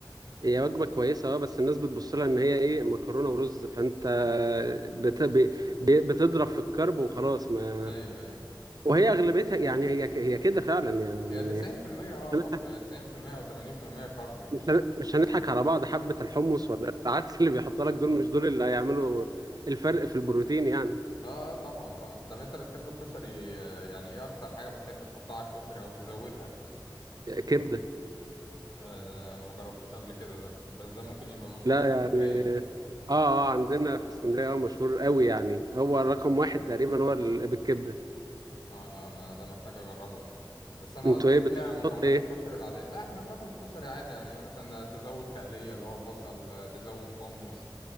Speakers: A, on the right; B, on the left.
A: هي وجبة كويسة أه بس الناس بتبص لها إن هي إيه مكرونة ورز فأنت بت... ب... ب- بتضرب في الكرب وخلاص ما
B: ايوه ايوه
A: وهي أغلبيتها يعني هي ك- هي كده فعلا يعني
B: هي 90%
A: مش
B: اه
A: هنضحك
B: برضه هي 90% او 80% كارب يعني
A: مش هن- مش هنضحك على بعض حبة الحمص ولا العدس اللي بيحطها لك دول مش دول اللي هيعملوا الفرق في البروتين يعني
B: اه طبعا طبعا طب انت بتحب الكشري آه، يعني ايه اكتر حاجه بتحب تحطها على الكشري او تزودها
A: كبدة
B: آه ده انا ما جربتوش قبل كده ده بس ده ممكن يبقى مشهور
A: لا
B: في اسكندريه
A: يعني اه اه عندنا في اسكندريه اه مشهور قوي يعني هو رقم واحد تقريبا هو ال- بالكبده
B: اه لا انا ده محتاج اجربه ده بس انا
A: انتوا
B: قصدي
A: ايه
B: اللي
A: بت-
B: هي مكونات
A: بتحط ايه
B: الكشري العاديه لا احنا بناكل الكشري عادي يعني مثلا تزود تقليه اللي هو بصل تزود حمص